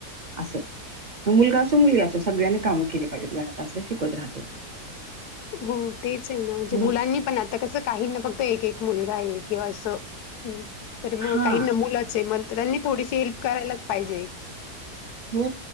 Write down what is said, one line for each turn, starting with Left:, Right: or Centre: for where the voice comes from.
Right: अस मुलगा असो मुलगी अस सगळ्यांनी काम केली पाहिजेत घरात, अस शिकवत राहतो.
Left: हो तेच आहे ना, म्हणजे
Right: मग
Left: मुलांनी पण आत आता कसं काहींना फक्त एक-एक मुलगा आहे किंवा असं तर मग
Right: हा
Left: काही न मुलाचे मग तर त्यांनी थोडीशी हेल्प करायलाच पाहिजे.
Right: हो